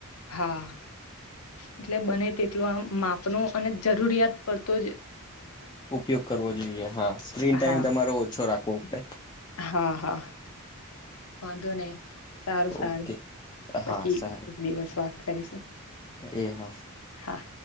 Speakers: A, on the left; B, on the left.
A: હા એટલે બને તેટલો આમ માપનો અને જરૂરિયાત પડતો જ
B: ઉપયોગ કરવો જોઈએ હા સ્ક્રીન ટાઈમ
A: હા
B: તમારો ઓછો રાખવો પડે
A: હા હા, વાંધો નય સારું
B: ઓકે
A: સારું પછી
B: હા સારું
A: એક દિવસ વાત કરીશું
B: એ હા
A: હા.